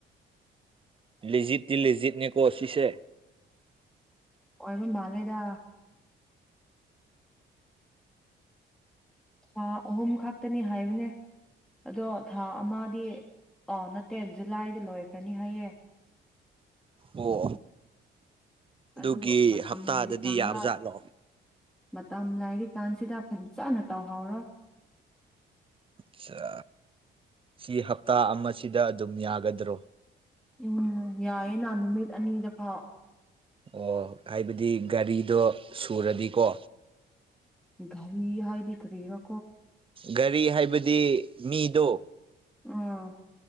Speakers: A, on the right (about 25°); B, in the centre.
A: ꯂꯤꯦꯖꯤꯠꯇꯤ ꯂꯤꯦꯖꯤꯠꯅꯦꯀꯣ ꯁꯤꯁꯦ
B: ꯑꯣꯏꯕ ꯃꯥꯂꯦꯗ ꯊꯥ ꯑꯍꯨꯝ ꯈꯛꯇꯅꯤ ꯍꯥꯏꯕꯅꯦ ꯑꯗꯣ ꯊꯥ ꯑꯃꯗꯤ ꯑ ꯅꯠꯇꯦ ꯖꯨꯂꯥꯏꯗ ꯂꯣꯏꯈ꯭ꯔꯅꯤ ꯍꯥꯏꯌꯦ <unintelligible>
A: ꯑꯣ ꯑꯗꯨꯒꯤ
B: ꯑꯗꯨ ꯃꯇꯝ
A: ꯍꯞꯇꯥꯗꯗꯤ
B: ꯂꯩꯔꯤꯀꯥꯟꯗ
A: ꯌꯥꯕꯖꯥꯠꯂꯣ
B: ꯃꯇꯝ ꯂꯥꯏꯔꯤꯛ ꯀꯥꯟꯁꯤꯗ ꯐꯖꯅ ꯇꯧꯍꯧꯔꯣ
A: ꯑꯆꯥ ꯁꯤ ꯍꯞꯇꯥ ꯑꯃꯁꯤꯗ ꯑꯗꯨꯝ ꯌꯥꯒꯗ꯭ꯔꯣ
B: ꯎꯝ ꯌꯥꯏꯌꯦ ꯅ ꯅꯨꯃꯤꯠ ꯑꯅꯤꯗ ꯐꯥꯎ
A: ꯑꯣ ꯍꯥꯏꯕꯗꯤ ꯒꯥꯔꯤꯗꯣ ꯁꯨꯔꯗꯤꯀꯣ
B: ꯒꯔꯤ ꯍꯥꯏꯗꯤ ꯀꯔꯤꯔꯣ
A: ꯒꯥꯔꯤ ꯍꯥꯏꯕꯗꯤ ꯃꯤꯗꯣ
B: ꯑꯥ